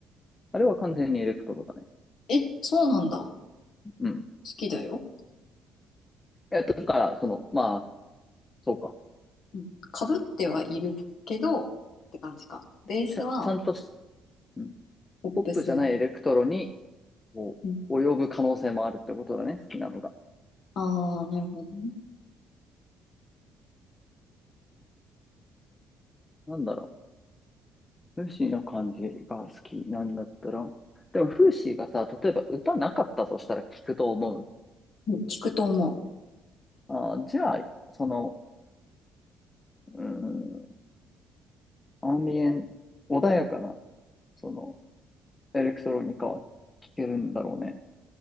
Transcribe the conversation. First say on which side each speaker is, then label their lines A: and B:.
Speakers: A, on the left; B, on the left.
A: あれは完全にエレクトロだね。
B: え、そうなんだ。好
A: うん。い
B: きだよ。
A: や、だから、その、まあ、そうか。
B: うん。かぶってはいるけど、って感じか。ベースは、
A: ちゃ、ちゃんとし、うん
B: ポップス。
A: ポップじゃないエレクトロに、こう、
B: うん。
A: 及ぶ可能性もあるってことだね、好きなのが。
B: あー、なるほどね。
A: なんだろう。フーシーの感じが好きなんだったら。でも、フーシーがさ、例えば歌なかったとしたら聞くと思う。
B: うん聞くと思う。
A: あー、じゃあ、その、うん、アンビエン、穏やかな、その、エレクトロニカは聴けるんだろうね。